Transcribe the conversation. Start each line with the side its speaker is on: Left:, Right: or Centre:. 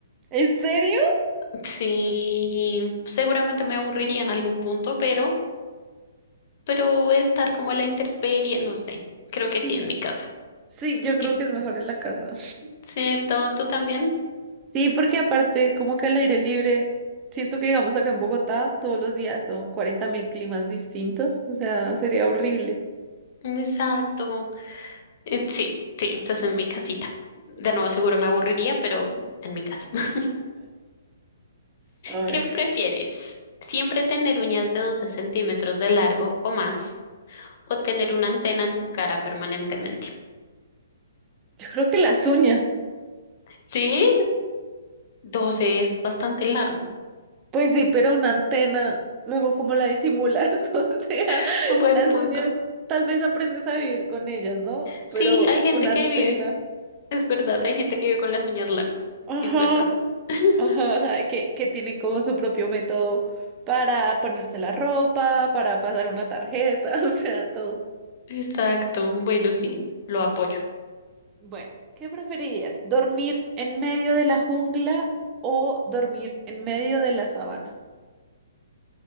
Right: ¿En serio?
Left: Sí, seguramente me aburriría en algún punto, pero, pero estar como a la intemperie, no sé, creo
Right: Sí,
Left: que sí, en mi casa.
Right: sí, yo creo
Left: ¿Y
Right: que es mejor en la casa.
Left: cierto? ¿Tú también?
Right: Sí, porque aparte, como que al aire libre, siento que digamos acá en Bogotá todos los días son cuarenta mil climas distintos, o sea, sería horrible.
Left: Exacto. Eh, Sí, sí, entonces en mi casita. De nuevo, seguro me aburriría, pero en mi casa. <laughs>
Right: A ver,
Left: ¿Qué prefieres? ¿Siempre tener uñas de 12 centímetros de largo o más? o tener una antena en tu cara permanentemente.
Right: yo creo que las uñas.
Left: Sí, 12 es bastante largo.
Right: Pues sí, pero una antena, luego cómo la disimulas, <laughs> o sea,
Left: <laughs> Un buen
Right: las
Left: punto.
Right: uñas tal vez aprendes a vivir con ellas, ¿no?
Left: Sí,
Right: Pero
Left: hay gente
Right: una
Left: que
Right: antena,
Left: vive, es verdad, hay gente que vive con las uñas largas,
Right: ajá,
Left: es verdad. <laughs>
Right: ajá, <laughs> ajá, que, que tienen como su propio método para ponerse la ropa, para pasar una tarjeta, <laughs> o sea, todo.
Left: Exacto, bueno, sí, lo apoyo. <gasps>
Right: Bueno, ¿qué preferirías? ¿Dormir en medio de la jungla o dormir en medio de la sabana?